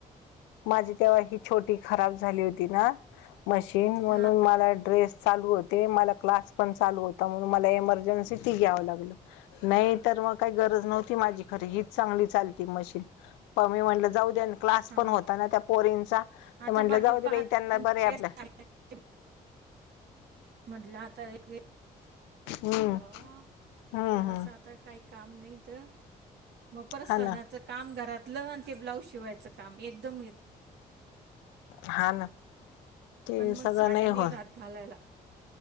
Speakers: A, on the left (about 85°); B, on the right (about 70°).
A: माझी तेव्हा ही छोटी खराब झाली होती ना. मशीन म्हणून
B: हा
A: मला ड्रेस चालू होते मला क्लास पण चालू होता म्हणून मला एमर्जन्सी ती घ्यावं लागल नाही तर मग काही गरज नव्हती माझी खर हीच चांगली चालती मशीन, पण मी म्हटलं जाऊ द्या
B: हा
A: पण होता ना त्या पोरींचा
B: आता
A: ते म्हटलं
B: माझे
A: जाऊ दे
B: पा
A: बाई
B: सगळ्या
A: त्यांना बरे आपल.
B: साड्यांचे म्हटलं आता एक वेळ एक
A: हम्म
B: एक ब्ला
A: हम्म
B: जरासं
A: हम्म
B: आता काही काम नाही तर मग परसानाचं
A: हा ना
B: काम घरातलं आणि ते ब्लाऊज शिवायचं काम एकदम येत.
A: हा ना ते
B: आणि मग
A: सगळं
B: साड्याने
A: नाही होत.
B: रात घालायला